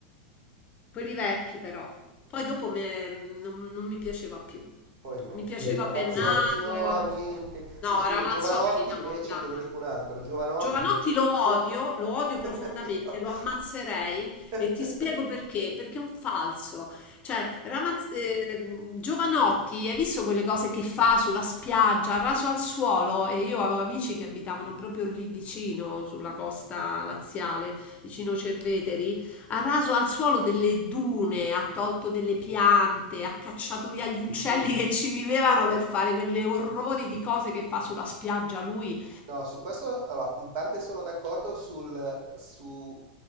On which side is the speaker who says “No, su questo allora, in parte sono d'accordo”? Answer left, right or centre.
Right